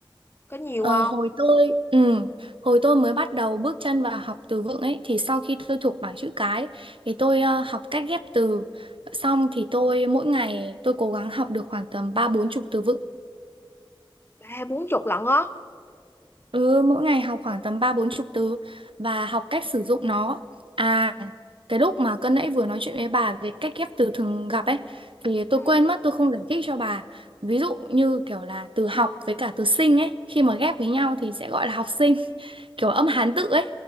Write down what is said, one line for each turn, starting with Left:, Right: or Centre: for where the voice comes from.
Left: có nhiều
Right: Ờ,
Left: không
Right: hồi tôi ừ, hồi tôi mới bắt đầu bước chân vào học từ vựng ấy thì sau khi tôi thuộc bảng chữ cái thì tôi ờ, học cách ghép từ xong thì tôi mỗi ngày tôi cố gắng học được khoảng tầm ba bốn chục từ vựng
Left: ba hai bốn chục lận á
Right: Ừ, mỗi ngày học khoảng tầm ba bốn chục từ và học cách sử dụng nó. À, cái lúc mà cân nãy vừa nói chuyện với bà về cách ghép từ thường gặp ấy, thì tôi
Left: ừ.
Right: quên mất tôi không giải thích cho bà. Ví dụ như kiểu là từ học với cả từ sinh ấy, khi mà ghép với nhau thì sẽ gọi là học sinh, kiểu âm Hán tự ấy.